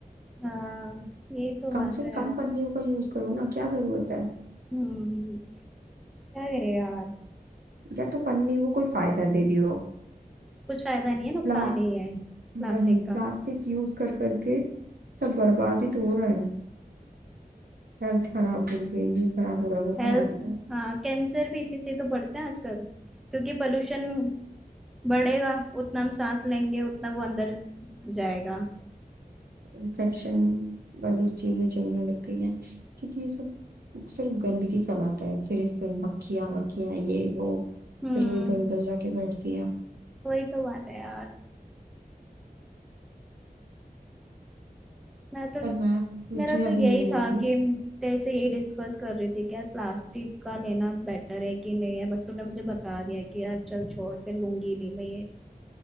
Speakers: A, in the centre; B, on the right (about 80°).
A: हाँ ये तो
B: कम
A: बात
B: से
A: है
B: कम
A: यार
B: पन्नियों का यूज करो ना क्या जरूरत है
A: हम्म क्या करे यार
B: या तो पन्नी वो कोई फायदा दे रही हो
A: कुछ फायदा नहीं है नुकसान
B: प्लास्टिक
A: ही है प्लास्टिक
B: वही
A: का
B: प्लास्टिक यूज कर करके सब बर्बाद ही तो हो रहा है हेल्थ खराब हो रही है ये खराब हो रहा है वो
A: हेल्थ
B: खराब हो रहा है
A: हाँ कैंसर भी इसी से तो बढ़ते हैं आजकल क्योंकि पोल्यूशन बढ़ेगा उतना हम सांस लेंगे उतना वो अंदर जाएगा
B: इन्फेक्शन वाली चीजें चलने लग गई हैं क्योंकि ये सब सिर्फ गंदगी फैलाता है फिर इस पे मक्खियां वक्खियां ये वो
A: हम्म
B: फिर वो इधर उधर जाके बैठती हैं
A: वही तो बात है यार मैं तो
B: पर मैं तुझे
A: मेरा
B: अभी
A: तो यही
B: ये बोल
A: था
B: रही हूँ
A: कि तेरे से यही डिस्कस कर रही थी कि यार प्लास्टिक का लेना बेटर है कि नहीं है बट तूने मुझे बता दिया कि यार चल छोड़ फिर लूंगी नहीं मैं ये